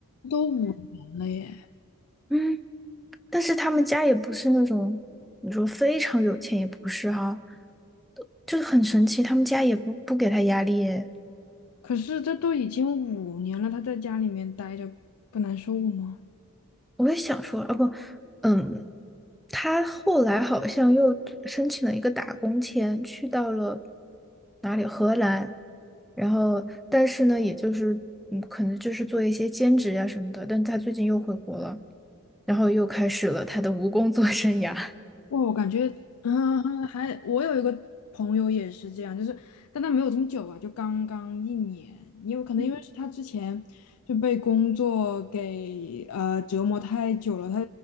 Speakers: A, on the left (about 75°); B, in the centre.
A: 都五年了耶，
B: 嗯，但是他们家也不是那种，你说非常有钱也不是哈、就很神奇，他们家也不不给他压力耶
A: 可是这都已经五年了，他在家里面待着不难受吗？
B: 我也想说，啊不，嗯，他后来好像又申请了一个打工签，去到了哪里荷兰，然后但是呢，也就是嗯，可能就是做一些兼职呀、什么的，但他最近又回国了，然后又开始了他的无工作生涯。
A: 哇，我感觉 <laughs>，嗯，还我有一个朋友也是这样，就是但他没有这么久吧，就刚刚一年，因为可能因为是他之前就被工作给呃折磨太久了，
B: <laughs>
A: 他